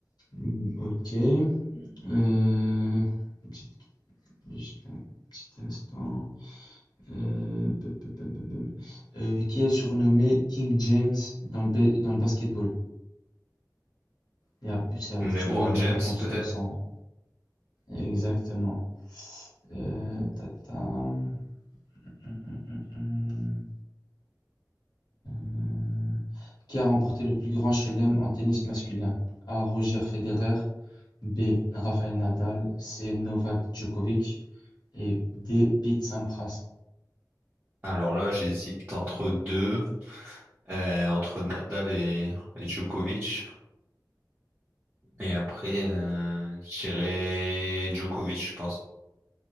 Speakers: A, on the left (about 70°); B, on the right (about 20°).
A: Hmm, Ok. Euh, une petite- juste un petit instant. Euh, pam, pam, pam, pam, pam. Euh, qui est surnommé King James dans le, ba- dans le basketball? Il y a plus à-
B: LeBron
A: tu dois donner
B: James,
A: une réponse
B: peut-être?
A: euh, sans. Exactement. Euh, tata. Hum, hum, hum, hum. Euh, Qui a remporté le plus grand chelem en tennis masculin? A. Roger Federer. B. Rafael Nadal. C. Novak Djokovic. Et D. Pete Sampras.
B: Alors là, j'hésite entre deux, euh, entre Nadal et, et Djokovic. Et après, euh, je dirais Djokovic, je pense.